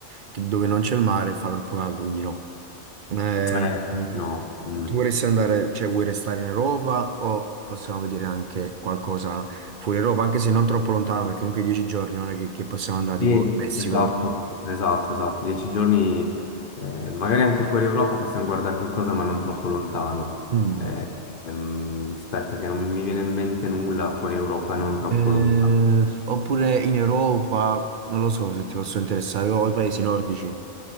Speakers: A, on the right; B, on the left.
A: che- dove non c'è il mare, fa troppo caldo, quindi no. Eh,
B: Eh,
A: mh,
B: no. mm.
A: tu vorresti andare, cioè vuoi restare in Europa o possiamo vedere anche qualcosa fuori Europa, anche se non troppo lontano, perché comunque dieci giorni non è che, che possiamo andare tipo
B: Sì,
A: in Messico
B: esatto,
A: per dire.
B: esatto, esatto. Dieci giorni, eh, magari anche fuori Europa possiamo guardare qualcosa, ma non troppo lontano.
A: Mm.
B: Eh, ehm, aspetta, che non mi viene in mente nulla fuori Europa, non troppo
A: Eh,
B: lontano.
A: oppure in Europa, non lo so se ti posso interessare, o i paesi nordici.